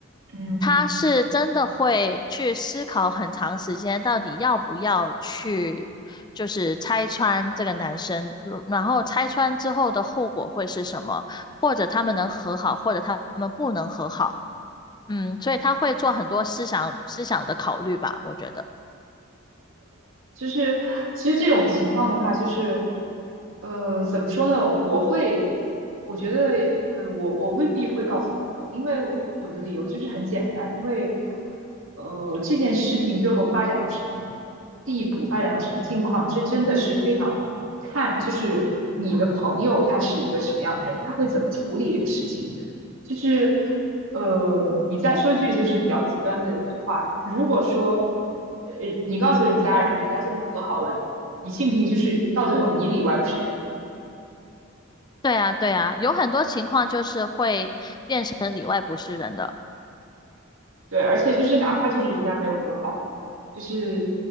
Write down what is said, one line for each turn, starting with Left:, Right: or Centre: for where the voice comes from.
Right: 嗯。
Left: 他是真的会去思考很长时间，到底要不要去，就是拆穿这个男生，如然后拆穿之后的后果会是什么，或者他们能和好，或者他们不能和好。嗯，所以他会做很多思想思想的考虑吧，我觉得。
Right: 就是其实这种情况的话，就是呃，怎么说呢？我会，我觉得呃，我我未必会告诉朋友，因为我的理由就是很简单，因为呃，这件事情最后发展到什么地步，发展到什么境况，这真的是非常看，就是你的朋友他是一个什么样的人，他会怎么处理这个事情。就是，呃，你再说句就是比较极端的话，如果说，呃，你告诉人家，然后人家最后和好了，你信不信就是到最后你里外不是人？
Left: 对啊，对啊，有很多情况就是会变成里外不是人的。
Right: 对，而且就是哪怕就是人家没有和好，就是